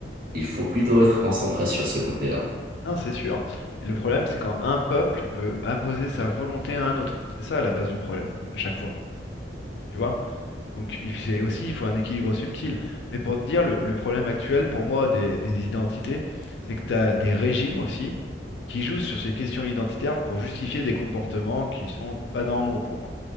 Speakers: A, on the right; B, on the left.
A: Il faut plutôt être concentré sur ce côté-là.
B: Non, c'est sûr. Et le problème, c'est quand un peuple veut imposer sa volonté à un autre. C'est ça la base du problème, à chaque fois. Tu vois? Donc, il- c'est aussi, il faut un équilibre subtil. Mais pour te dire, le, le problème actuel, pour moi, des, des identités, c'est que tu as des régimes aussi qui jouent sur ces questions identitaires pour justifier des comportements qui sont pas normaux pour moi,